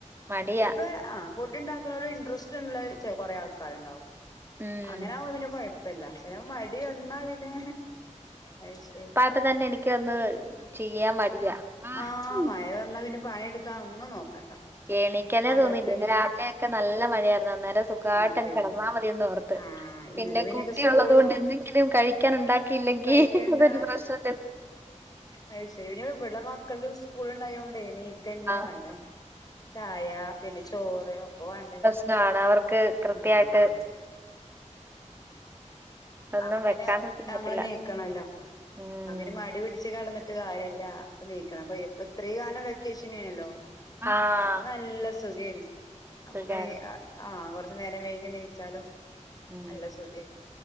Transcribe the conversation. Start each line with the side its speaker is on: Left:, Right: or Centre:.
Right: മടിയാ
Left: ചെലപ്പ ആ ഫുഡ് ഉണ്ടാക്കുന്നോട് ഇൻട്രസ്റ്റ് ഉള്ള കുറേ ആൾക്കാര് ഇണ്ടാവും
Right: ഉം
Left: അങ്ങനെ വുമ്പംപിന്നെ കേഴ ഇപ്പ എല്ലാ ചെലപ്പോ മടി വന്നാ പിന്നെ അഹ് ശെ
Right: ഇപ്പ തന്നെ എനിക്ക് അന്ന് ചെയ്യാൻ മടിയാ
Left: ആഹ
Right: ഉം.
Left: മഴ വന്നാ പിന്നെ പണിയെടുക്കാ ഒന്നും നോക്കണ്ട
Right: എണിക്കന്നെ
Left: അകത്ത്
Right: തോന്നിയില്ല ഇന്ന് രാവിലെ ഒക്കെ നല്ല മഴയായിരുന്നു അന്നേരം സു ഘാട്ടം
Left: ആ പിന്നെ
Right: കിടന്നാൽ മതിയന്ന് ഓർത്ത്
Left: ആ ഇങ്ങക്ക്
Right: പിന്നെ
Left: പിന്നൊക്കെ
Right: കുട്ടി
Left: സ്കൂളും
Right: ഒള്ളത് കൊണ്ട് എന്തെങ്കിലും കഴി ക്കാൻ ഉണ്ടാക്കിയില്ലെങ്കി
Left: കഴിക്കണ്ട
Right: അതൊരു പ്രശ്ന
Left: അഹ്ശരി ഇവിടെ മക്കൾക്ക് സ്കൂള് ഒണ്ടായ കൊണ്ടേ നീ കെന്ന
Right: ആഹ്
Left: വേണ്ടേ ചായ പിന്നെ ചോറ് ഒക്കെ വേണ്ടേ
Right: ങ്ങാണ വർക്ക് കൃത്യായിട്ട്
Left: ആഹ്
Right: ഒന്നും
Left: അപ്പ പിന്നെ
Right: വെക്കാണ്ടിരിക്കാൻ
Left: നമ്മള്
Right: പറ്റില്ല
Left: നീക്കണല്ലോ
Right: ഉം
Left: അതിന് മടി പിടിച്ച് കടന്ന ട്ട് കാര്യല്ല അപ്പൊ നീക്കണം ഇപ്പ ഇത്രയും കാലം വെക്കേഷൻ നല്ലോ
Right: ആഹ്
Left: അപ്പ നല്ല സുഖേനു നമുക്ക്
Right: സുഖായിരുന്നു
Left: നീ ആ ആഹ കൊറച്ചു നേരം വൈകി നീച്ചാലും
Right: ഉം
Left: നല്ല സുകെനു